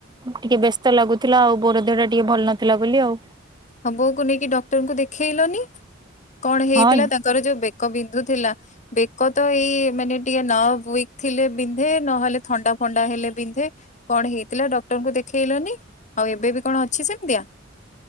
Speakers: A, on the right; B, on the left.
A: ଟିକେ ବ୍ୟସ୍ତ ଲାଗୁଥିଲା ଆଉ ବୋଉର ଦେହ ଟା ଟିକେ ଭଲ ନଥିଲା ବୋଲି ଆଉ।
B: ହ ବଉକୁ ନେଇକି ଡକ୍ଟରଙ୍କୁ ଦେଖେଇଲନି? କଣ ହେଇଥିଲା
A: ହଁ
B: ତାଙ୍କର ଯୋଉ ବେକ ବିନ୍ଧୁ ଥିଲା। ବେକ ତ ଏଇ ମାନେ ଟିକେ ନର୍ବ ଉଇକ୍ ଥିଲେ ବିନ୍ଧେ ନହେଲେ ଥଣ୍ଡା ଫଣ୍ଡା ହେଲେ ବିନ୍ଧେ। କଣ ହେଇଥିଲା? ଡକ୍ଟରଙ୍କୁ ଦେଖେଇଲନି ଆଉ ଏବେ ବି କଣ ଅଛି ସେମିତିଆ?